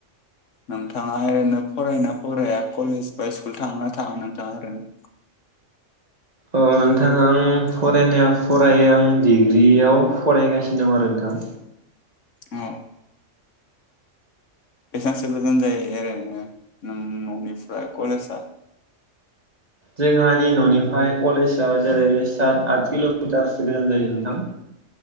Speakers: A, on the left; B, on the right.
A: नोंथाङा ओरैनो फरायो ना फराया कलेज बा स्कुल थांङो ना थाङा नोंथाङा ओरैनो?
B: औ नोंथां आं फरायनायाव फरायो आं डिग्रियाव फरायगासिनो दं आरो नोंथां।
A: औ बेसांसो गोजान जायो ओरैनो ननिफ्राय कलेजा?
B: जोंहानि न'निफ्राय कलेजआ जेरै सात आट किल' मिथारसो गोजान जायो नोंथां।